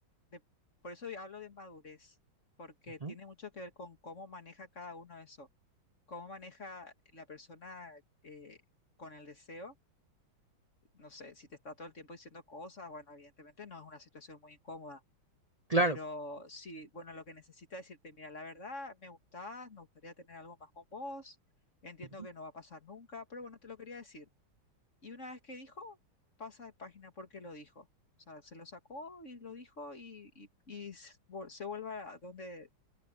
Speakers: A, on the left (about 35°); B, on the right (about 80°).
A: de- por eso hablo de madurez, porque
B: Ujú,
A: tiene mucho que ver con cómo maneja cada uno eso, cómo maneja la persona eh, con el deseo, no sé, si te está todo el tiempo diciendo cosas, bueno, evidentemente no es una situación muy incómoda,
B: Claro.
A: pero sí, bueno, lo que necesita es decirte, mira, la verdad, me gustás, me gustaría tener algo más con vos, entiendo
B: ujú.
A: que no va a pasar nunca, pero bueno, te lo quería decir. Y una vez que dijo, pasa de página porque lo dijo. O sea, se lo sacó y lo dijo y, y- y s- vol- se vuelve a donde